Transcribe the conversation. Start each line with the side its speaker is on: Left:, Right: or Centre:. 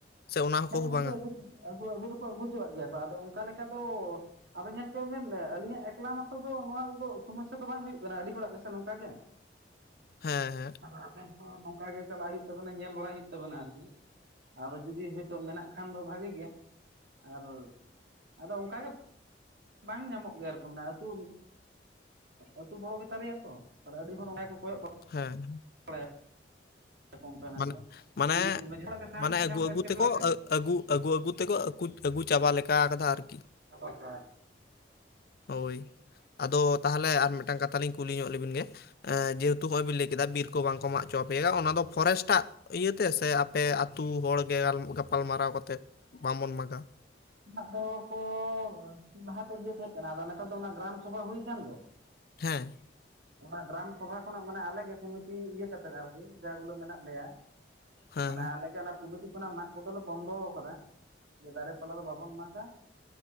Left: ᱚᱱᱟ ᱠᱚᱦᱚᱸ
Right: ᱟᱹᱜᱩ
Left: ᱵᱟᱝᱟ
Right: ᱟᱹᱜᱩ ᱫᱚᱠᱚ ᱟᱹᱜᱩ ᱦᱚᱪᱚᱣᱟᱜ ᱜᱮᱭᱟ ᱠᱚ ᱟᱫᱚ ᱚᱱᱠᱟ ᱞᱮᱠᱟ ᱫᱚ, ᱟᱫᱚ ᱧᱮᱞ ᱦᱚᱪᱚᱭ ᱢᱮᱱ ᱟᱹᱞᱤᱧᱟᱜ ᱮᱠᱞᱟ ᱢᱟᱛᱚ ᱫᱚ ᱱᱚᱣᱟ ᱫᱚ ᱥᱚᱢᱚᱥᱥᱟ ᱫᱚ ᱵᱟᱝ ᱦᱩᱭᱩᱜ ᱠᱟᱱᱟ ᱟᱹᱰᱤ ᱦᱚᱲᱟᱜ ᱜᱮᱥᱮ ᱱᱚᱝᱠᱟ ᱜᱮ᱾
Left: ᱦᱮᱸ ᱦᱮᱸ
Right: ᱟᱵᱮᱱ ᱦᱚᱸ ᱱᱚᱝᱠᱟ ᱜᱮ ᱪᱟᱞᱟᱜ ᱦᱩᱭᱩᱜ ᱛᱟᱵᱮᱱᱟ ᱧᱮᱞ ᱵᱟᱲᱟ ᱦᱩᱭᱩᱜ ᱛᱟᱵᱮᱱᱟ ᱟᱨᱠᱤ ᱟᱫᱚ ᱡᱩᱫᱤ, ᱛᱚ ᱢᱮᱱᱟᱜ ᱠᱷᱟᱱ ᱫᱚ ᱵᱷᱟᱹᱜᱤ ᱜᱮ ᱟᱨ ᱟᱫᱚ ᱚᱱᱠᱟ ᱜᱮ, ᱵᱟᱝ ᱧᱟᱢᱚᱜ ᱜᱮᱭᱟ ᱟᱨᱠᱤ ᱢᱟᱱᱮ ᱟᱹᱛᱩ ᱟᱹᱛᱩ ᱵᱚᱲᱚ ᱜᱮᱛᱟᱞᱮᱭᱟ ᱛᱚ ᱟᱨ ᱟᱹᱰᱤ ᱦᱚᱲ ᱚᱸᱰᱮ ᱜᱮ ᱠᱚᱭᱚᱜ ᱵᱟᱲᱟᱜ
Left: ᱦᱮᱸ
Right: <inaudible> ᱵᱟᱲᱟᱭᱟᱠᱚ ᱚᱱᱠᱟᱱᱟᱜ
Left: ᱢᱟᱱᱮ
Right: ᱜᱮ
Left: ᱢᱟᱱᱮ
Right: ᱡᱤᱱᱤᱥ ᱠᱚ ᱢᱮᱱᱟᱜᱼᱟ ᱡᱷᱚᱛᱚ ᱜᱮ ᱥᱟᱦᱟᱱ
Left: ᱢᱟᱱᱮ
Right: ᱥᱟᱠᱟᱢ
Left: ᱟᱹᱜᱩ
Right: ᱠᱚ
Left: ᱟᱹᱜᱩ
Right: ᱮᱴᱠᱮᱴᱚᱬᱮ
Left: ᱛᱮᱠᱚ
Right: ᱛᱮ
Left: ᱟᱹᱜᱩ- ᱟᱹᱜᱩ ᱟᱹᱜᱩ ᱛᱮᱠᱚ ᱟᱹᱜᱩ ᱪᱟᱵᱟ ᱞᱮᱠᱟ ᱟᱠᱟᱫᱟ ᱟᱨᱠᱤ᱾
Right: ᱵᱟᱠᱷᱟᱱ
Left: ᱦᱳᱭ ᱟᱫᱚ ᱛᱟᱦᱚᱞᱮ ᱟᱨ ᱢᱤᱫᱴᱟᱱ ᱠᱟᱛᱷᱟ ᱞᱤᱧ ᱠᱩᱞᱤ ᱧᱚᱜ ᱞᱮᱵᱤᱱ ᱜᱮ, ᱮᱸ ᱡᱮᱦᱮᱛᱩ ᱦᱚᱜ-ᱚᱭ ᱵᱤᱱ ᱞᱟᱹᱭ ᱠᱮᱫᱟ ᱵᱤᱨ ᱠᱚ ᱵᱟᱝ ᱠᱚ ᱢᱟᱜ ᱦᱚᱪᱚ ᱟᱯᱮᱭᱟ ᱚᱱᱟ ᱫᱚ ᱯᱷᱚᱨᱮᱥᱴᱟᱜ ᱤᱭᱟᱹᱛᱮ ᱥᱮ ᱟᱯᱮ ᱟᱹᱛᱩ ᱦᱚᱲᱜᱮ, ᱜᱟᱯᱟᱞ ᱢᱟᱨᱟᱣ ᱠᱟᱛᱮᱫ ᱵᱟᱵᱚᱱ ᱢᱟᱜᱟ᱾
Right: ᱢᱟᱜ ᱫᱚᱠᱚ ᱞᱟᱦᱟᱛᱮ ᱤᱭᱟᱹ ᱛᱟᱦᱮᱸ ᱠᱟᱱᱟ ᱟᱫᱚ ᱱᱮᱛᱟᱨ ᱫᱚ ᱚᱱᱟ ᱜᱨᱟᱢ ᱥᱚᱵᱷᱟ ᱦᱩᱭ ᱟᱠᱟᱱ ᱫᱚ,
Left: ᱦᱮᱸ
Right: ᱚᱱᱟ ᱜᱨᱟᱢ ᱥᱚᱵᱷᱟ ᱠᱷᱚᱱᱟᱜ ᱢᱟᱱᱮ ᱟᱞᱮᱜᱮ ᱠᱚᱢᱤᱴᱤ ᱤᱭᱟᱹ ᱠᱟ ᱠᱟᱛᱮᱫ ᱟᱨᱠᱤ ᱡᱟ ᱵᱚᱩᱞᱮ ᱢᱮᱱᱟᱜ ᱞᱮᱭᱟ
Left: ᱦᱮᱸ
Right: ᱢᱟᱱᱮ ᱟᱞᱮ ᱜᱮ ᱚᱱᱟ ᱠᱩᱢᱤᱴᱤ ᱠᱷᱚᱱᱟᱜ ᱢᱟᱜ ᱫᱚ ᱫᱚᱞᱮ ᱵᱚᱱᱫᱚ ᱟᱠᱟᱫᱟ ᱡᱮ ᱫᱟᱨᱮ ᱯᱟᱞᱟ ᱫᱚ ᱵᱟᱵᱚᱱ ᱢᱟᱜᱟ